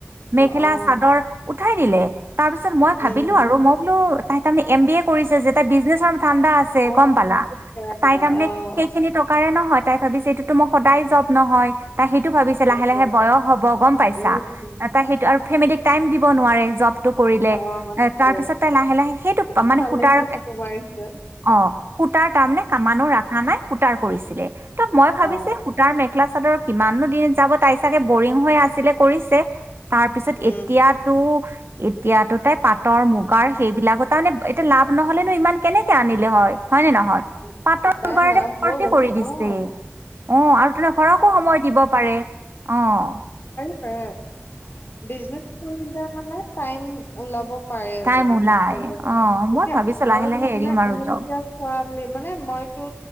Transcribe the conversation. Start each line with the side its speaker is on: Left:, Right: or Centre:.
Left: অ',
Right: মেখেলা
Left: অ',
Right: চাদৰ উঠাই দিলে। তাৰ পিছত মই ভাবিলোঁ
Left: উম,
Right: আৰু মই বোলো তাই তাৰমানে এম বি এ কৰিছে যে এটা বিজনেছৰ ম ঠাণ্ডা আছে
Left: অ',
Right: গম পালা
Left: সেইকাৰণে
Right: তাই তাৰমানে
Left: অ',
Right: সেই খিনি টকাৰে নহয় তাই ভাবিছে এইটো তো মোক সদায় জব নহয় তাই সেইটো ভাবিছে
Left: সেইটোৱে,
Right: লাহে লাহে বয়স হ'ব গম পাইছা
Left: উম,
Right: তাই সেইটো আৰু ফেমিলিক টাইম দিব নোৱাৰে জবটো কৰিলে
Left: অ', সেইটোৱে,
Right: তাৰপিছত তাই লাহে লাহে সেইটো মানে
Left: ভালেই
Right: সূতাৰ
Left: মাথাটো মাৰিছে,
Right: অ সূতাৰ তাৰমানে আমানো ৰাখা নাই সূতাৰ কৰিছিলে ত মই ভাবিছো
Left: অ',
Right: তাৰ মেখেলা চাদৰ কিমানো দিন যাব তাই চাগে বৰিং হৈ আছিলে কৰিছে তাৰপিছত
Left: উম,
Right: এতিয়াতো এতিয়াতো তাই পাটৰ মুগাৰ সেইবিলাকো তাৰ মানে এতিয়া লাভ নহলেনো ইমান কেনেকে আনিলে হয় হয় নে নহয়
Left: উম,
Right: পাটৰ
Left: তাইৰ
Right: মূগাৰে
Left: লাভ হ'ল,
Right: ভৰ্তি কৰি দিছে
Left: অ',
Right: অ আৰু তোন ঘৰকো সময় দিব পাৰে অঁ
Left: অঁ বিজনেছ কৰিলে মানে টাইম ওলাব পাৰে আৰু
Right: টাইম
Left: মেকআপ
Right: ওলাই
Left: কৰিব পাৰে।
Right: অ',
Left: এতিয়া
Right: মই ভাবিছোঁ
Left: আমাৰ
Right: লাহে
Left: ৰূমত
Right: লাহে এৰিম
Left: নাই
Right: আৰু
Left: আমি
Right: জব।
Left: এতিয়া খোৱা মানে মই টো